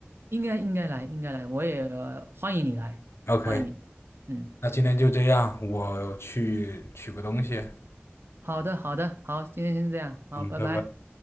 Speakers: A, on the right; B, on the left.
A: 应该应该来，应该来，我也、呃欢迎你来，
B: OK，
A: 欢迎你嗯，
B: 那今天就这样，我去取个东西。
A: 好的好的，好，今天先这样，好，
B: 嗯，
A: 拜拜。
B: 拜拜。